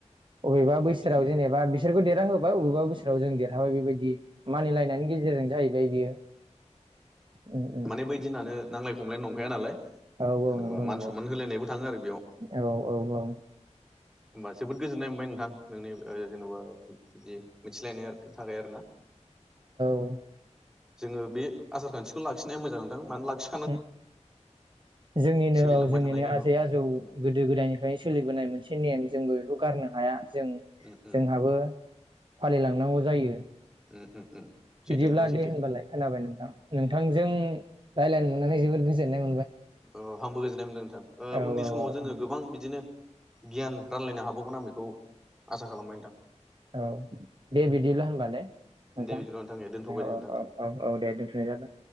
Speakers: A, on the right; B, in the centre.
A: बबेबा बोसोराव
B: बिदि
A: जेनेबा बिसोरखौ देरहा होबाय अबेबा बोसोराव जों देरहाबाय बेबायदि मानिलायनायनि गेजेरजों जाहैबाय। बियो उम उम
B: माने बै दिनानो नांलाय खमलाय नं गैया नालाय जेन'बा
A: औ औ नंगौ
B: मान
A: नंगौ
B: सनमान होलायनायबो थाङो आरो बेयाव
A: औ औ औ
B: होमबा जोबोद गोजोननाय मोनबाय नोंथां नोंनि जेन'बा बिदि मिथिलायनाय थाबाय आरोना।
A: औ उम
B: जोङो बे आसार खान्थिखौ लाखिनाया मोजां नोंथा मानो लाखि
A: ओम जोंनिनो
B: सोलिलांबाय
A: औ जोंनिनो
B: थानाय औ
A: आजै आजौ
B: उम
A: गोदो गोदायनिफ्रायनो सोलिबोनाय मोनसे नेम जोंबो बेखौ गारनो हाया जों
B: उम उम
A: जोंहाबो फालिलांनांगौ जायो। दे
B: उम उम उम उम सैथो
A: बिदिब्ला
B: नोंथां सैथो
A: दे होनबालाय खोनाबाय नोंथां नोंथांजों रायलायनो मोननानै जोबोद गोजोननाय मोन
B: ओ आंबो गोजोननाय मोनदों नोंथां
A: औ
B: उननि
A: औ
B: समाव
A: औ
B: जोङो
A: औ
B: गोबां बिदिनो। गियान रानलायनो हाबावगोन आं बेखौ आसा खालामबाय नोंथां
A: औ दे बिदिब्ला होनबा ने नोंथां
B: दे बिदिब्ला नोंथां दे दोनथ'बाय
A: औ
B: दे नोंथां दे
A: औ औ औ औ दे दोनथ'नाय जाबाय।